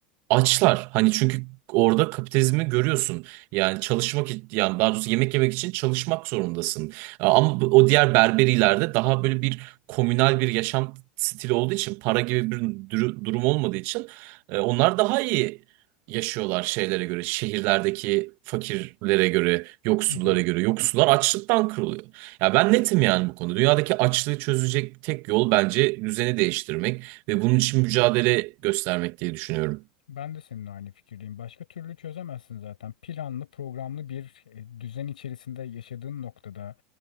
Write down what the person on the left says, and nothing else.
hı hı.
Ben de seninle aynı fikirdeyim. Başka türlü çözemezsin zaten. Planlı, programlı bir e, düzen içerisinde yaşadığın noktada